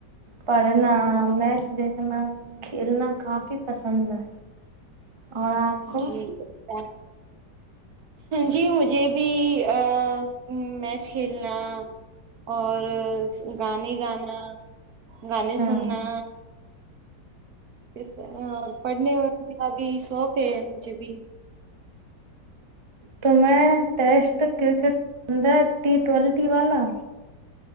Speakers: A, on the right (about 25°); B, on the right (about 60°).
A: پڑھنا میچ دیکھنا کھیلنا کافی پسند ہے اور آپ کو
B: جی اور جی مجھے بھی ا میچ کھیلنا اور گانے گانا گانے
A: ہاں
B: سننا ا اور پڑھنے کا بھی شوق ہے مجھے بھی
A: تو میں ٹیسٹ کرکٹ اندر ٹی ٹوینٹی والا